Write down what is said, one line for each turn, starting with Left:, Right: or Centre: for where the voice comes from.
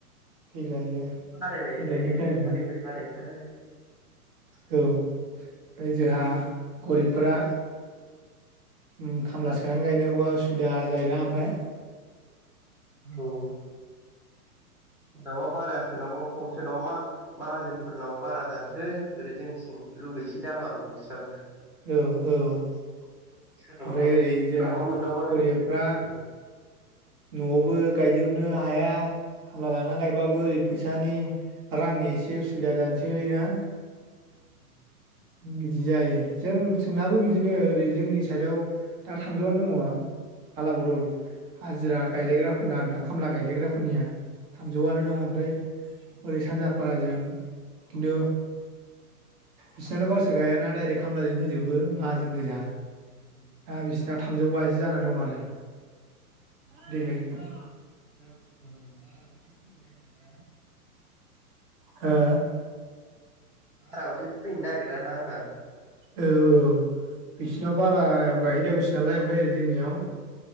Right: देग्लायो
Centre: बारायबाय
Right: देग्लायनिफ्राय
Centre: थायुलै
Right: आरोना
Centre: बोरै बोरै बारायु। <inaudible>
Right: औ ओमफ्राय जोंहा गरिबफोरा उम खामला सोनानै गायनां ओ उसुबिदा जायोना ओमफ्राय।
Centre: औ। सोरनावबा बार सोरनावबा खम सोरनाव बा मा माहाजोनफोरनाव बारा जानोसै ओरै जोंथिं लुगैसै दामाबो बिस्राबो।
Right: औ औ ओमफ्राय
Centre: सोरनावबा
Right: ओरै
Centre: सोरनावबा
Right: जोंहा
Centre: मोनदावबाथाय
Right: गरियबफ्रा
Centre: औ
Right: न'बो
Centre: औ
Right: गायजोब नों हाया खामला लाना बाबो ओरै
Centre: औ उम
Right: फैसानि रांनि एसे उसुबिदा जानोसै ना।
Centre: <inaudible>
Right: बिदि
Centre: उम
Right: जायो जों नाबो बिदिनो ओरै जोंनि
Centre: उम
Right: सायदाव दा थांजोबनानै दङ फाला बदल हाजिरा गायलायग्रा फोरना आरो ना खामला गायलायग्राफोरनिया थामजौआनो
Centre: उम
Right: दं ओमफ्राय
Centre: फैनो औ
Right: ओरै सानजा फाराजों खिन्थु बिसोरनाथ' गावसोर गायाना डायरेक्ट खामलाजों होजोबो माहाजोन गोजा।
Centre: औ
Right: दा बिसिनाव थामजौ बाजि
Centre: औ
Right: जाना दं आरो
Centre: औ
Right: देग्लाय निफ्राय
Centre: दा औ बाराबाथाय फैनो नागिरा ना
Right: हो?
Centre: बाराबाथाय फैनो नागिराना होनदां
Right: औ औ बिसिनाव बारायाव गायहैदावस नालय ओमफाय ओरै जोंनियाव
Centre: औ